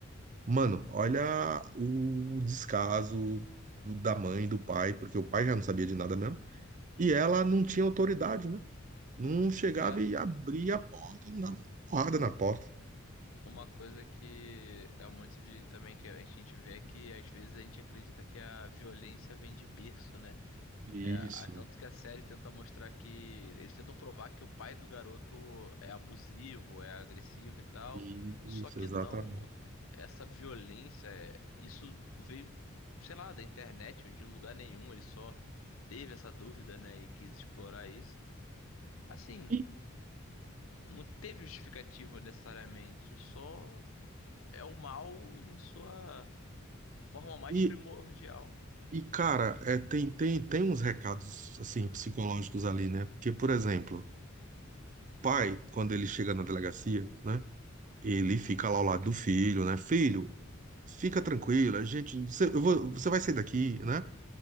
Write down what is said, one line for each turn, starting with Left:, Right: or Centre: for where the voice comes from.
Right: Mano, olha o descaso do- da mãe, do pai, porque o pai já não sabia de nada mesmo E ela não tinha autoridade, né? Não chegava
Left: É.
Right: e abria a porta, não dava porrada na porta.
Left: Uma coisa que é muito de também que a gente vê é que às vezes a gente acredita que a violência vem de berço, né?
Right: Isso,
Left: É, a- tanto que a série tenta mostrar que eles tentam provar que o pai do garoto é abusivo, é agressivo e tal.
Right: isso,
Left: Só que
Right: exatamente.
Left: não, essa violência, é- isso veio, sei lá, da internet ou de lugar nenhum. Ele só teve essa dúvida, né, e quis explorar isso. Assim,
Right: E,
Left: não teve justificativa necessariamente, só é o mal em sua forma mais
Right: e,
Left: primordial.
Right: e cara, é, tem, tem, tem uns recados assim psicológicos ali, né? Porque, por exemplo, o pai, quando ele chega na delegacia, né? Ele fica lá ao lado do filho, né? Filho, fica tranquilo, a gente, você, eu vou- você vai sair daqui, né?